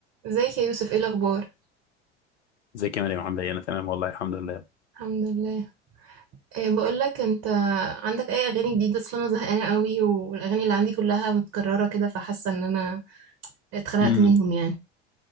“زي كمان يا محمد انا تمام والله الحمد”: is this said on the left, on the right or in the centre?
Left